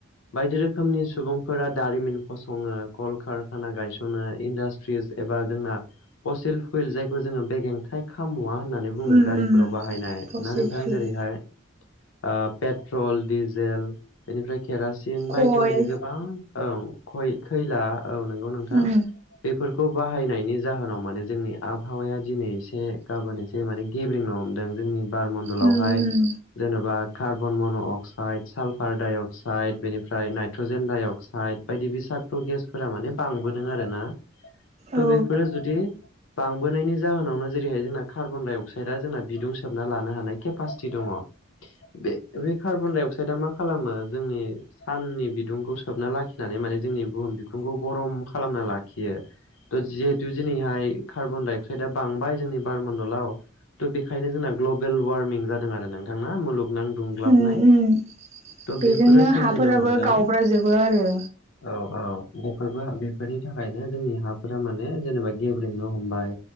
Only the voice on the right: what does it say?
उम
उम
फसिल
फिउल
कयल
उम
उम उम
औ
उम उम
बेजोंनो
हाफोराबो
गावब्राजोबो आरो